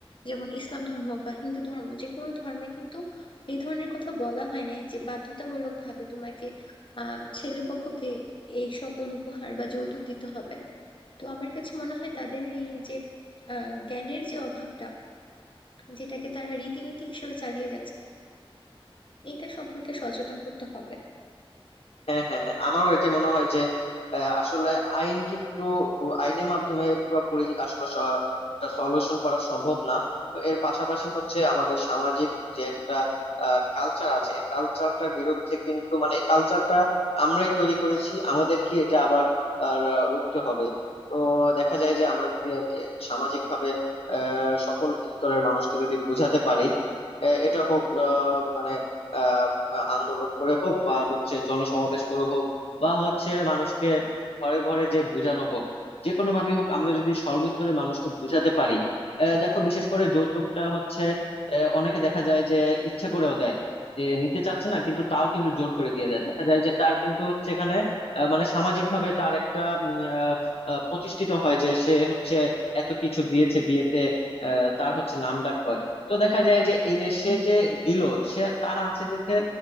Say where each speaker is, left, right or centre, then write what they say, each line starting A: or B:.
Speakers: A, on the left (about 55°); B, on the left (about 80°).
A: যেমন ইসলাম ধর্ম বা হিন্দু ধর্ম যে কোনো ধর্মে কিন্তু এই ধরনের কথা বলা হয় নাই যে বাধ্যতামূলক ভাবে তোমাকে আহ ছেলে পক্ষকে এই সকল উপহার বা যৌতুক দিতে হবে তো আমার কাছে মনে হয় তাদের এই যে আহ জ্ঞানের যে অভাবটা যেটাকে তারা রীতিনীতি হিসেবে চালিয়ে যাচ্ছে এটা সম্পর্কে সচেতন করতে হবে
B: হ্যাঁ হ্যাঁ হ্যাঁ আমারও এটা মনে হয় যে আহ, আসলে আইন কিন্তু আইনের মাধ্যমে পুরোপুরি আসলে সলিউশন করা সম্ভব না তো এর পাশাপাশি হচ্ছে আমাদের সামাজিক যে একটা কালচার আছে এই কালচারটার বিরুদ্ধে কিন্তু মানে এই কালচারটা আমরাই তৈরি করেছি আমাদেরকে এটা আবার আর, আহ, রুখতে হবে তো দেখা যায় যে আমরা যদি আর কি সামাজিক ভাবে সকল স্তরের মানুষকে যদি বোঝাতে পারি আহ, এটা হোক আহ, মানে বা আন্দোলন করে হোক বা হচ্ছে জনসমাবেশ করে হোক বা হচ্ছে মানুষকে ঘরে ঘরে যে বুঝানো হোক যে কোনো ভাবে হোক আমরা যদি সর্বস্তরের মানুষকে বুঝাতে পারি আহ, দেখো বিশেষ করে যৌতুকটা হচ্ছে আহ, অনেকে দেখা যায় যে ইচ্ছা করেও দেয় যে নিতে চাচ্ছে না কিন্তু তাও কিন্তু জোর করে দিয়ে দেয় দেখা যায় যে তার কিন্তু হচ্ছে এখানে আহ, মানে সামাজিক ভাবে তার একটা উম, আহ, আহ, প্রতিষ্ঠিত হয় যে সে হচ্ছে এত কিছু দিয়েছে বিয়েতে আহ, তার হচ্ছে নাম ডাক হয় তো দেখা যায় যে এই যে সে যে দিল সে তার আছে দেখে